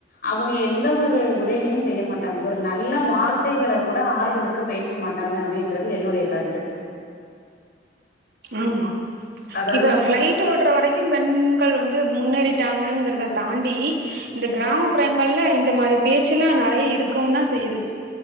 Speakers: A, on the left; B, on the right.
A: அவுங்க எந்த ஒரு உதவியு செய்ய மாட்டாங்க ஒரு நல்ல வார்த்தைகள கூட ஆறுதலுக் கு பேச மாட்டங்க அப்டின்றது என்னுடைய கருத்து
B: ஆமா
A: அதாவது
B: இப்ப ஃப்ளை டு ஓட்ற வரைக்கு பெண்கள் வந்து முன்னேறிட்டாங்கங்கிறத தாண்டி இந்த கிராமப்புறங்கள்ல இந்த மாரி பேச்சுலா நெறைய இருக்கவுந்தா செய்து